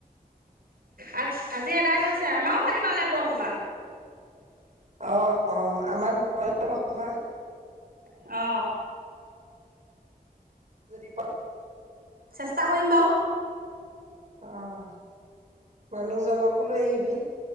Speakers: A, on the right; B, on the right.
A: আজ আজি এদাই হৈছে আমাৰো শনিবাৰলৈ বৰসভা।
B: অ অ আমাক লৈ যাব কবা।
A: অ
B: যদি <unintelligible>
A: চেষ্টা কৰিম বাৰু।
B: অঁ মানুহজনকো লৈ আহিবি।